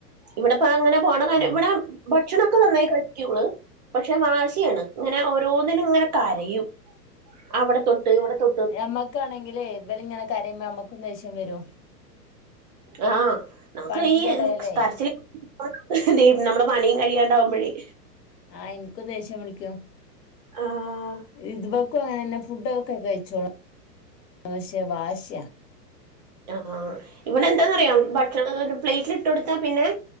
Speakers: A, on the right; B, on the left.
A: ഇവിടെപ്പ അങ്ങനെ പോണ കാര്യം
B: ആഹ്
A: ഇവിടെ ഭക്ഷണമൊക്കെ നന്നായി കഴിക്കും ഓള് പക്ഷെ വാശിയാണ് ഇങ്ങനെ ഓരോന്നിനും ഇങ്ങനെ കരയും അവിടെ തൊട്ട് ഇവിടെ തൊ
B: യമ്മക്കാണെങ്കിൽ ഇവർ ഇങ്ങനെ കരയുമ്പ നമ്മക്കും ദേഷ്യം വരും.
A: ആഹ നമ്മുക്ക്
B: പണീന്റെ
A: ഈ
B: ഇടയിലേ
A: കരിച്ചില്- ദേ നമ്മുടെ പണിയും കഴിയാണ്ടാവുമ്പോഴേ
B: ആഹ് എനിക്കും ദേഷ്യം പിടിക്കും
A: ആഹ്
B: ഇതുബക്കും അങ്ങനെന്നെ ഫുഡൊക്കെ കഴിച്ചോളൂ പക്ഷേ വാശിയ
A: ആഹ് ഇവിടെ എന്താന്നറിയാം ഭക്ഷണം കേ പ്ലേറ്റിൽ ഇട്ട് കൊടുത്താ പിന്നെ